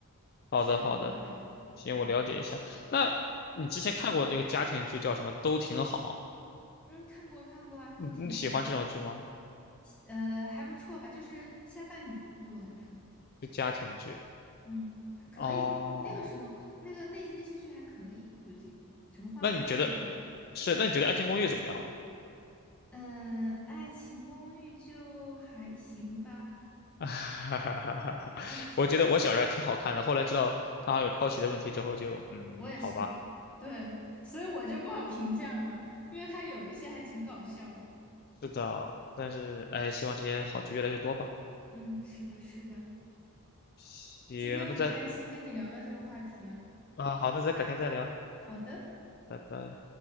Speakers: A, in the centre; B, on the left (about 45°).
A: 桎梏的感觉。
B: 好的，好的，行，
A: 嗯
B: 我了解一下。那你之前看过那个家庭剧叫什么？都挺好。
A: 嗯，看过看过啊，都挺好啊。
B: 你你喜欢这种剧吗？
A: 呃，还不错吧，就是下饭剧对我来说，
B: 就家庭剧。
A: 嗯，还可以。
B: 哦，
A: 那个时候，那个那那些剧还可以，有几部，什么《欢乐颂》啊啥的。
B: 那你觉得是？那你觉得《爱情公寓》怎么样了？
A: 呃，《爱情公寓》就还行吧，
B: <laughs>
A: 还不错。
B: 我觉得我小时候还挺好看的，后来知道它好像有抄袭的问题之后就，嗯，
A: 我也是，
B: 好吧。
A: 对，所以我就不好评价嘛，因为它有一些还挺搞笑的。
B: 是的，但是哎，希望这些好剧越来越多吧。
A: 嗯，是的，是的。
B: 行，
A: 今天很开心跟你聊到这个话题啊。
B: 那再啊，好，那再改天再聊。
A: 好的。
B: 拜拜。